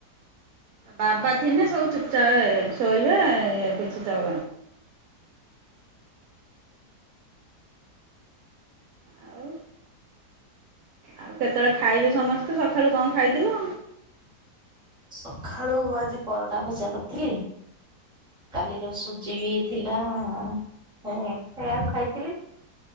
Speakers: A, on the right; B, in the centre.
A: ବାବା ଥିନେ ସବୁ ଚୁପଚାପ୍ ହେବେ ଶୋଇବେ କିଛି ଚ ଆଉ ଆଉ କେତେବେଳେ ଖାଇବେ ସମସ୍ତେ ସକାଳୁ କଣ ଖାଇଥିଲ?
B: ସଖାଳୁ ଆଜି ପରଟା ଭଜା କରିଥିଲି କାଲିର ସୁଜିବି ଥି ଅଁ ସେଆକୁ ଖାଇଥିଲି।